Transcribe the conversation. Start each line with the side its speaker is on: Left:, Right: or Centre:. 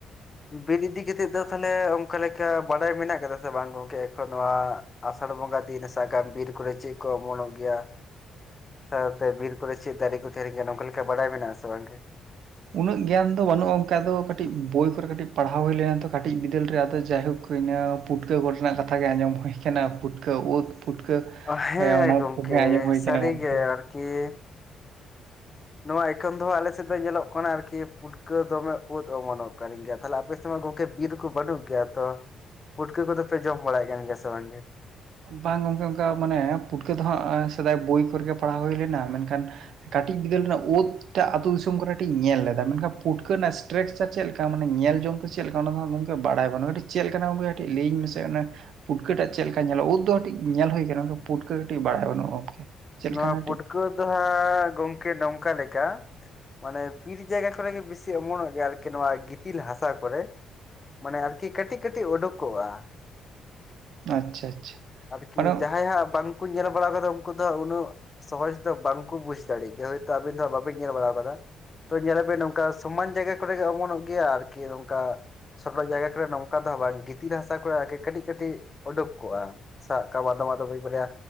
Left: ᱵᱤᱨ ᱤᱫᱤ ᱠᱮᱛᱮᱜ ᱫᱚ ᱛᱟᱦᱞᱮ ᱚᱝᱠᱟ ᱞᱮᱠᱟ ᱵᱟᱰᱟᱭ ᱢᱮᱱᱟᱜ ᱠᱟᱫᱟ ᱥᱮ ᱵᱟᱝ ᱜᱚᱝᱠᱮ? ᱮᱠᱷᱚᱱ ᱱᱚᱣᱟ ᱟᱥᱟᱲ ᱵᱚᱸᱜᱟ ᱫᱤᱱ ᱨᱮ ᱥᱟᱜᱟᱢ ᱵᱤᱨ ᱠᱚᱨᱮ ᱪᱮᱜ ᱠᱚ ᱚᱢᱚᱱᱚᱜ ᱜᱮᱭᱟ? ᱥᱟᱶᱛᱮ ᱵᱤᱨ ᱠᱚᱨᱮ ᱪᱮᱫ ᱫᱟᱨᱮ ᱠᱚ ᱛᱟᱦᱮᱱ ᱠᱟᱱᱟ ᱚᱝᱠᱟ ᱞᱮᱠᱟ ᱵᱟᱲᱟᱭ ᱢᱮᱱᱟᱜᱼᱟ ᱥᱮ ᱵᱟᱝ ᱜᱮ?
Right: ᱩᱱᱟᱹᱜ ᱜᱮᱭᱟᱱ ᱫᱚ ᱵᱟᱹᱱᱩᱜᱼᱟ ᱚᱝᱠᱟ ᱫᱚ ᱠᱟᱹᱴᱤᱡ ᱵᱳᱭ ᱠᱚᱨᱮ ᱠᱟᱹᱴᱤᱡ ᱯᱟᱲᱦᱟᱣ ᱦᱩᱭ ᱞᱮᱱᱟ ᱛᱚ ᱠᱟᱹᱴᱤᱡ ᱵᱤᱫᱟᱹᱞ ᱨᱮ ᱟᱫᱚ ᱡᱟᱭᱦᱳᱠ ᱦᱩᱭᱱᱟ ᱯᱩᱴᱠᱟᱹ ᱠᱚ ᱨᱮᱱᱟᱜ ᱠᱟᱛᱷᱟ ᱜᱮ ᱟᱸᱡᱚᱢ ᱦᱩᱭ ᱟᱠᱟᱱᱟ ᱯᱩᱴᱠᱟᱹ ᱩᱫ ᱯᱩᱴᱠᱟᱹ
Left: ᱚ ᱦᱮᱸ
Right: ᱚᱱᱟ
Left: ᱜᱚᱝᱠᱮ
Right: ᱠᱚᱜᱮ ᱟᱸᱡᱚᱢ ᱦᱩᱭ
Left: ᱥᱟᱹᱨᱤ
Right: ᱠᱟᱱᱟ ᱜᱚᱝᱠᱮ
Left: ᱜᱮ ᱟᱨᱠᱤ ᱱᱚᱣᱟ ᱮᱠᱷᱚᱱ ᱫᱚ ᱦᱟᱸᱜ ᱟᱞᱮᱥᱮᱜ ᱫᱚ ᱧᱮᱞᱚᱜ ᱠᱟᱱᱟ ᱟᱨᱠᱤ ᱯᱩᱴᱠᱟᱹ ᱫᱚᱢᱮ ᱩᱫ ᱚᱢᱚᱱᱚᱜ ᱠᱟᱱ ᱜᱮᱭᱟ ᱛᱟᱦᱞᱮ ᱟᱯᱮ ᱨᱮᱢᱟ ᱜᱚᱝᱠᱮ ᱵᱤᱨ ᱠᱚ ᱵᱟᱹᱱᱩᱜ ᱜᱮᱭᱟ ᱛᱚ, ᱯᱩᱴᱠᱟᱹ ᱠᱚᱫᱚ ᱯᱮ ᱡᱚᱢ ᱵᱟᱲᱟᱭᱮᱜ ᱠᱟᱱ ᱜᱮᱭᱟ ᱥᱮ ᱵᱟᱝᱜᱮ?
Right: ᱵᱟᱝ ᱜᱚᱝᱠᱮ ᱚᱝᱠᱟ ᱢᱟᱱᱮ ᱯᱩᱴᱠᱟᱹ ᱫᱚ ᱦᱟᱸᱜ ᱥᱮᱫᱟᱭ ᱵᱳᱭ ᱠᱚᱨᱮᱜᱮ ᱯᱟᱲᱦᱟᱣ ᱦᱩᱭ ᱞᱮᱱᱟ ᱢᱮᱱᱠᱷᱟᱱ ᱠᱟᱹᱴᱤᱡ ᱵᱤᱫᱟᱹᱞ ᱨᱮᱱᱟᱜ ᱩᱫ ᱴᱟᱜ ᱟᱛᱳ ᱫᱤᱥᱚᱢ ᱠᱚᱨᱮ ᱴᱤᱧ ᱧᱮᱞ ᱞᱮᱫᱟ ᱢᱮᱱᱠᱷᱟᱱ ᱯᱩᱴᱠᱟᱹ ᱨᱮᱱᱟᱜ ᱥᱴᱨᱟᱠᱪᱟᱨ ᱪᱮᱜ ᱞᱮᱠ ᱛᱟ ᱢᱟᱱᱮ ᱧᱮᱞ ᱡᱚᱝᱛᱮ ᱪᱮᱜ ᱞᱮᱠᱟ ᱚᱱᱟ ᱫᱚ ᱦᱟᱸᱜ ᱜᱚᱝᱠᱮ ᱵᱟᱲᱟᱭ ᱵᱟᱹᱱᱩᱜᱼᱟ᱾ ᱴᱤᱡ ᱪᱮᱜ ᱞᱮᱠᱟᱱᱟ ᱜᱚᱝᱠᱮ ᱴᱤᱜ ᱞᱟᱹᱭᱟᱹᱧ ᱢᱮᱥᱮ ᱚᱱᱮ ᱯᱩᱴᱠᱟᱹ ᱴᱟᱜ ᱪᱮᱜ ᱞᱮᱠᱟ ᱧᱮᱞᱟᱜ? ᱩᱫ ᱫᱚ ᱠᱟᱹᱴᱤᱡ ᱧᱮᱞ ᱦᱩᱭ ᱟᱠᱟᱱᱟ ᱚᱝᱠᱮ ᱯᱩᱴᱠᱟᱹ ᱠᱟᱹᱴᱤᱡ ᱵᱟᱲᱟᱭ ᱵᱟᱹᱱᱩᱜᱼᱟ ᱜᱚᱝᱠᱮ ᱪᱮᱫ
Left: ᱱᱚᱣᱟ
Right: ᱞᱮᱠᱟᱱᱟ ᱠᱟᱹᱴᱤᱡ
Left: ᱯᱩᱴᱠᱟᱹ ᱫᱚ ᱦᱟᱸᱜ ᱜᱚᱝᱠᱮ ᱱᱚᱝᱠᱟ ᱞᱮᱠᱟ ᱢᱟᱱᱮ ᱵᱤᱨ ᱡᱟᱭᱜᱟ ᱠᱚᱨᱮ ᱜᱮ ᱵᱮᱥᱤ ᱚᱢᱚᱱᱚᱜ ᱜᱮᱭᱟ ᱟᱨᱠᱤ ᱱᱚᱣᱟ ᱜᱤᱛᱤᱞ ᱦᱟᱥᱟ ᱠᱚᱨᱮ᱾ ᱢᱟᱱᱮ ᱟᱨᱠᱤ ᱠᱟᱹᱴᱤᱜ ᱠᱟᱹᱴᱤᱜ ᱩᱰᱩᱠᱚᱜᱼᱟ᱾
Right: ᱟᱪᱪᱷᱟ ᱟᱪᱪᱷᱟ
Left: ᱟᱨᱠᱤ
Right: ᱢᱟᱱᱮ
Left: ᱡᱟᱦᱟᱸᱭ ᱦᱟᱸᱜ ᱵᱟᱝᱠᱚ ᱧᱮᱞ ᱵᱟᱲᱟᱣ ᱠᱟᱫᱟ ᱩᱝᱠᱩ ᱫᱚ ᱦᱟᱸᱜ ᱩᱱᱟᱹᱜ ᱥᱚᱦᱚᱡ ᱫᱚ ᱵᱟᱝ ᱠᱚ ᱵᱩᱡᱽ ᱫᱟᱲᱮᱜ ᱜᱮᱭᱟ ᱦᱚᱭᱛᱚ ᱟᱵᱤᱱ ᱫᱚ ᱦᱟᱸᱜ ᱵᱟᱵᱤᱱ ᱧᱮᱞ ᱵᱟᱲᱟᱣ ᱠᱟᱫᱟ ᱛᱚ ᱧᱮᱞᱟᱵᱤᱱ ᱱᱚᱝᱠᱟ ᱥᱚᱢᱟᱱ ᱡᱟᱭᱜᱟ ᱠᱚᱨᱮ ᱜᱮ ᱚᱢᱚᱱᱚᱜ ᱜᱮᱭᱟ ᱟᱨᱠᱤ ᱱᱚᱝᱠᱟ᱾ ᱥᱟᱯᱷᱟ ᱡᱟᱭᱜᱟ ᱠᱚᱨᱮ ᱱᱚᱝᱠᱟ ᱫᱚ ᱦᱟᱸᱜ ᱵᱟᱝ ᱜᱤᱛᱤᱞ ᱦᱟᱥᱟ ᱠᱚᱨᱮ ᱟᱨᱠᱤ ᱠᱟᱹᱴᱤᱜ ᱠᱟᱹᱴᱤᱜ ᱩᱰᱩᱠ ᱠᱚᱜᱼᱟ᱾ ᱥᱟᱜ ᱠᱟᱢ ᱟᱫᱚᱢ ᱟᱫᱚᱢ ᱢᱤᱜ ᱵᱟᱨᱭᱟ